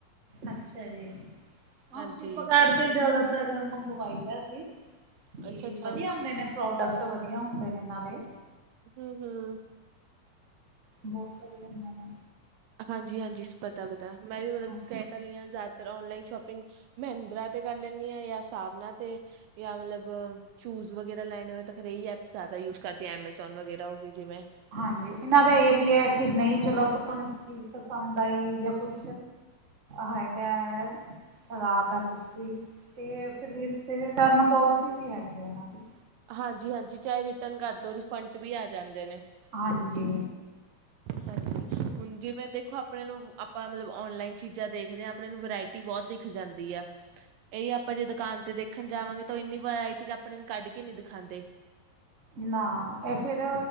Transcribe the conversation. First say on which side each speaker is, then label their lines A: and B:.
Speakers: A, on the right; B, on the right.
A: ਅੱਛਾ ਜੀ ਹਾਂ
B: ਹਾਂਜੀ
A: ਫਲਿੱਪਕਾਰਡ ਜਾਦਾਤਰ ਮੰਗਵਾਈ ਦਾ ਸੀ ਤੇ
B: ਅੱਛਾ ਅੱਛਾ
A: ਵਧੀਆ ਹੁੰਦੇ ਨੇ ਪ੍ਰੋਡੈਕਟ ਤੇ ਵਧੀਆ ਹੁੰਦੇ ਨੇ ਇਨਾਂ ਦੇ
B: ਹੂੰ-ਹੂੰ
A: ਬੋਤ ਵਧੀਆ ਹੁੰਦੇ ਨੇ।
B: ਹਾਂਜੀ-ਹਾਂਜੀ ਪਤਾ-ਪਤਾ ਮੈਂ ਵੀ ਮਤਲਬ
A: ਹਾਂ
B: ਕੈ ਰਈ ਆਂ ਜਾਦਾਤਰ ਔਨਲਾਈਨ ਸ਼ੋਪਿੰਗ ਮਹਿੰਦਰਾ ਤੇ ਕਰ ਲੈਂਣੀ ਆਂ ਜਾਂ ਸਾਵਨਾ ਤੇ ਜਾਂ ਮਤਲਬ ਸੂਜ ਵਗੈਰਾ ਲੈਣੇ ਹੋਏ ਤਾਂ ਫਿਰ ਏ ਈ ਐਪ ਜ਼ਿਆਦਾ ਯੂਜ਼ ਕਰਦੀ ਐਮਾਜੋਨ ਵਗੈਰਾ ਹੋਗੇ ਜਿਵੇ
A: ਹਾਂਜੀ ਇਨਾਂ ਦਾ ਏ ਵੀ ਐ ਕਿ ਨਈ ਚਲੋ ਤਾਨੂ ਚੀਜ਼ ਪਸੰਦ ਆਈ ਜਾਂ ਕੁਝ ਹੈਗਾ। ਖ਼ਰਾਬ ਐ ਕੁਛ ਵੀ 'ਤੇ ਫਿਰ ਰੀ ਫਿਰ ਰਿਟਰਨ ਪੋਲਿਸੀ ਵੀ ਹੈਗੀ ਆ ਇਨਾਂ ਦੀ।
B: ਹਾਂਜੀ-ਹਾਂਜੀ ਚਾਏ ਰਿਟਰਨ ਕਰਦੋ ਰਿਫੰਟ ਵੀ ਆ ਜਾਂਦੇ ਨੇ।
A: ਹਾਂਜੀ।
B: ਹਾਂਜੀ ਹੁਣ ਜਿਵੇਂ ਦੇਖੋ ਆਪਣੇ ਨੂੰ ਆਪਾਂ ਮਤਲਬ ਔਨਲਾਈਨ ਚੀਜ਼ਾਂ ਦੇਖਦੇ ਆ ਆਪਣੇ ਵਰਾਇਟੀ ਬੋ ਦਿਖ ਜਾਂਦੀ ਆ ਏਈ ਆਪਾਂ ਜੇ ਦੁਕਾਨ 'ਤੇ ਦੇਖਣ ਜਾਵਾਂਗੇ ਤੋਂ ਇੰਨੀ ਵਰਾਇਟੀ ਆਪਣੇ ਨੂੰ ਕੱਢ ਕੇ ਨੀ ਦਿਖਾਂਦੇ।
A: ਨਾ ਏ ਫੇਰ